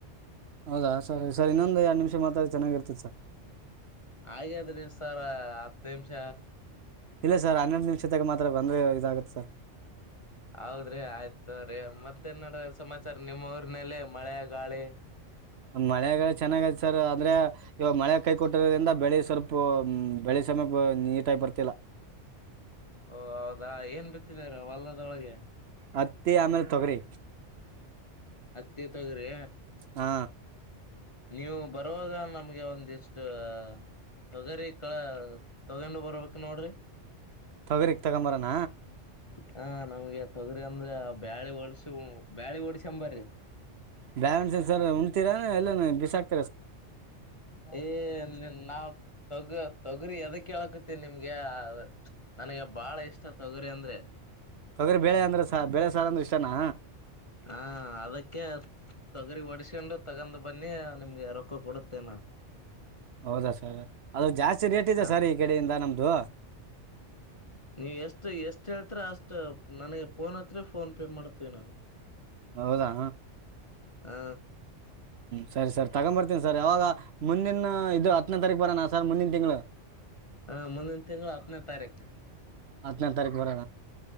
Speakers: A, on the right; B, on the left.
A: ಹೌದಾ ಸರಿ ಸರ್ ಇನ್ನೊಂದು ಎರಡು ನಿಮಿಷ ಮಾತಾಡಿ ಚೆನ್ನಾಗಿರ್ತದ್ ಸರ್.
B: ಆಗೇದ್ರಿ ಸರ ಹತ್ ನಿಂಮ್ಷ.
A: ಇಲ್ಲ ಸರ್ ಹನ್ನೊಂದ್ ನಿಮಿಷದಾಗ ಮಾತ್ರ ಬಂದ್ರೆ ಇದಾಗುತ್ತೆ ಸರ್.
B: ಹೌದ್ರಿ ಆಯ್ತೋರಿ ಮತ್ತ ಏನ್ ಡ ಸಮಾಚಾರ ನಿಮ್ಮ ಊರ್ನಲ್ಲಿ ಮಳೆ ಗಾಳಿ
A: ಮಳೆಗಾ ಚೆನ್ನಾಗೈತ್ ಸರ್ ಅಂದ್ರೆ ಇವಾಗ್ ಮಳೆ ಕೈ ಕೊಟ್ಟಿರೋದ್ರಿಂದ ಬೆಳೆ ಸ್ವಲ್ಪ ಬೆಳೆ ಸಮಯಕ್ಕೆ ನೀಟಾಗ್ ಬರ್ತಿಲ್ಲ. <inaudible>
B: ಓ ಹೌದಾ ಏನ್ ಬಿತ್ತಿದಾರ ವಲ್ಲದೊಳಗೆ.
A: ಹತ್ತಿ ಆಮೇಲೆ ತೊಗರಿ
B: ಹತ್ತಿ ತೋಗ್ರಿ
A: ಹಾ
B: ನೀವು ಬರುವಾಗ ನಮ್ಗೆ ಒಂದಿಷ್ಟು. ತೊಗರಿ ಕಳ್ ತಗೊಂಡು ಬರ್ಬೇಕು ನೋಡ್ರಿ.
A: ತೊಗರಿಕ್ ತಗೊಂಬರಾನ
B: ಹ ನಮ್ಗೆ ತೊಗರಿ ಅಂದ್ರ ಬ್ಯಾಳಿ ಓಡ್ಸ ಬ್ಯಾಳಿ ಓಡ್ಸಂಬರಿ.
A: ಬ್ಯಳ್ವಡ್ಸಿ ಸರ್ ಉಣ್ತೀರಾ ಎಲ್ಲನ ಬಿಸಾಕ್ -
B: ಏ ನಾವ್ -- ತೊಗ ತೊಗರಿ ಎದಕ್ ಕೇಳಕತಿನ್ ನಿಮ್ಗೆ ನನ್ಗೆ ಬಾಳ ಇಷ್ಟ ತೊಗರಿ ಅಂದ್ರೆ.
A: ತೊಗರಿ ಬೇಳೆ ಅಂದ್ರೆ ಸ ಬೇಳೆ ಸಾರ್ ಅಂದ್ರೆ ಇಷ್ಟನಾ
B: ಹ ಅದಕ್ಕೆ ತೊಗರಿ ಹೊಸ್ಕೊಂಡು ತಗೊಂಡ್ ಬನ್ನಿ ನಿಮ್ಗೆ ರೊಕ್ಕ ಕೊಡುತ್ತೇನಾ.
A: ಹೌದಾ ಸರ್ ಅದು ಜಾಸ್ತಿ ರೇಟ್ ಇದೆ
B: ಹ
A: ಸರ್ ಈ ಕಡೆಯಿಂದ ನಮ್ದು
B: ನೀವು ಎಷ್ಟು ಎಷ್ಟು ಹೇಳ್ತೀರ ಅಷ್ಟು ನನಗೆ ಪೋನ್ ಹಚ್ಚರಿ ಪೋನ್ ಪೇ ಮಾಡ್ತೇನಿ ನಾವು
A: ಹೌದಾ
B: ಹಾ
A: ಸರಿ ಸರ್ ತಗೊಂಬರ್ತೀನಿ ಸರ್ ಯಾವಾಗ ಮುಂದಿನ್ ಇದು ಹತ್ತನೇ ತಾರೀಕು ಬರೋನಾ ಸರ್ ಮುಂದಿನ ತಿಂಗಳು.
B: ಹಾ ಮುಂದಿನ ತಿಂಗಳು ಹತ್ತನೇ ತಾರೀಕು.
A: ಹತ್ತೇನೆ ತಾರೀಕು ಬರಣ